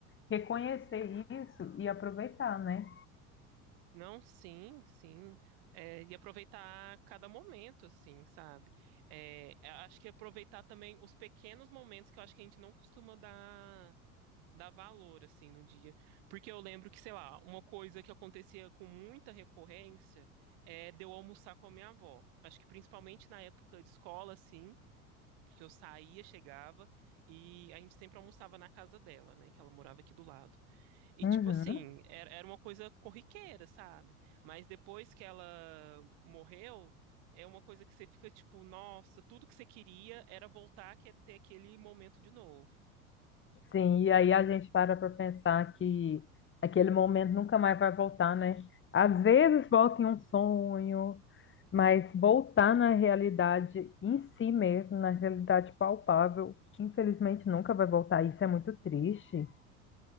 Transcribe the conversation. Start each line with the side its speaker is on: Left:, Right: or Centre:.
Left: reconhecer isso e aproveitar, né?
Right: Não, sim, sim. É, e aproveitar cada momento, assim, sabe? É, eu acho que aproveitar também os pequenos momentos que eu acho que a gente não costuma dar, dar valor, assim, no dia. Porque eu lembro que, sei lá, uma coisa que acontecia com muita recorrência é de eu almoçar com a minha avó. Acho que principalmente na época de escola, assim, que eu saía, chegava, e a gente sempre almoçava na casa dela, né? Que ela morava aqui do lado. E,
Left: Uhum.
Right: tipo assim, era, era uma coisa corriqueira, sabe? Mas depois que ela morreu, é uma coisa que você fica tipo, nossa, tudo que você queria era voltar, que é ter aquele momento de novo.
Left: Sim, e aí a gente para para pensar que aquele momento nunca mais vai voltar, né? Às vezes volta em um sonho, mas voltar na realidade em si mesmo, na realidade palpável, infelizmente nunca vai voltar. Isso é muito triste.